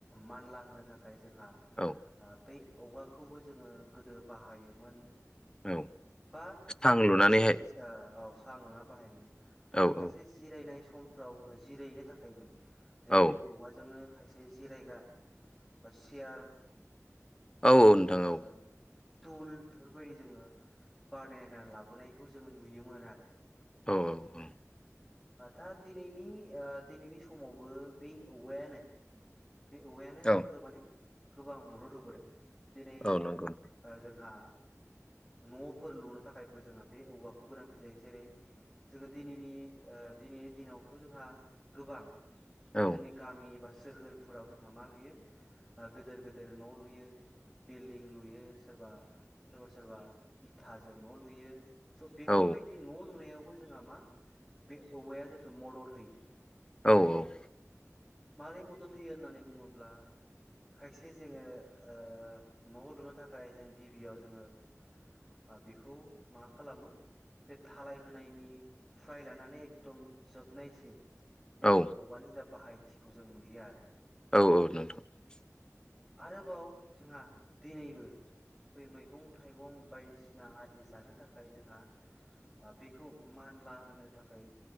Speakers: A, in the centre; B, on the left.
A: मानला होनो थाखाय जोंहा
B: औ
A: बै औवाखौबो जोङो गोदो बाहायोमोन
B: औ
A: बा
B: सां लुनानैहाय
A: एसे ओ औ सां लुना बाहायोमोन आरो
B: औ
A: खायसे
B: औ
A: जिरायनाय समफ्राव जिरायनो थाखायबो जों
B: औ
A: बे औवाजोंनो जे जिरायग्रा बा सियार
B: औ औ नोंथां
A: ओ
B: औ
A: टुल बेफोरबायदि जोङो बानायनानै लाबोनायखौ जोङो नुयोमोन आरो
B: औ औ औ
A: दा दिनैनि दिनैनि समावबो बे औवायानो बे औवायानो
B: औ
A: जोंखौ माने गोबां मदद होबोदों दिनै
B: औ नंगौ
A: जोंहा न'फोर लुनो थाखाय जोंहा बे औवाखौ गोनांथि जायो जेरै जोङो दिनैनि दिनैनि दिनावथ' जोंहा गोबां बा
B: औ
A: जोंनि गामि बा सोहोर फोराव जोंहा मा लुयो गिदोर गोिदेर न' लुयो बिल्डिं लुयो सोरबा सोरबा सोरबा इथाजों न' लुयो स' बेफोरबायदि
B: औ
A: न' लुनायाव बो जोंहा मा बे औवाया जोंखौ मदद होयो ।
B: औ औ
A: मारै म दद होयो होननानै बुङोब्ला खायसे जोङो ओ न' लुनो थाखाय जों गिबियाव जोङो ओ बेखौ मा खालामो बे थालाय होनायनि फ्राय लानानै एकदम जोबनायसिम बे
B: औ
A: औवानो जा बाहाय खिखौ जों नुयो आरो
B: औ औ नोंथां ।
A: आरोबाव जोंहा दिनैबो बै मैगं थाइगं बायदिसिना आरदि जानो थाखाय जोंहा ओ बेखौ मानला होनो थाखाय